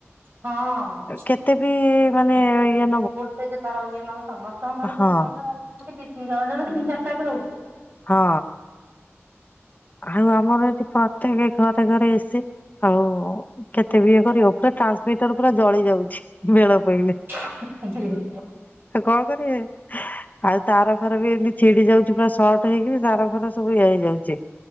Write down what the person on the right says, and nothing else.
ହଁ
ବୋଲଟେଜ ତାର ଇଏ ନବ ସମସ୍ତଙ୍କ ଘର ତ
ଗୋଟେ ଗୋଟେ ଜଣ ତିିନି ଚାରିଟା ରହୁଛି।
<unintelligible>